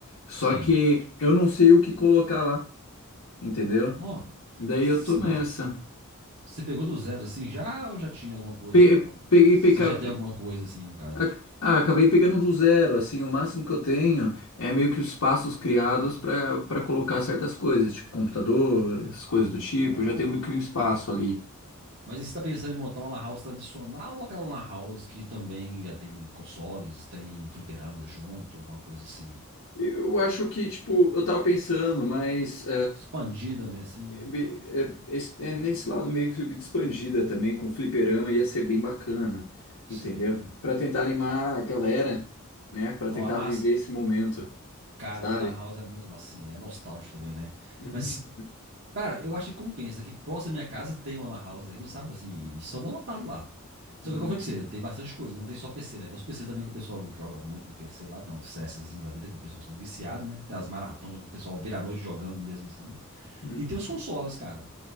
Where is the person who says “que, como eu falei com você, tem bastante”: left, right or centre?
Right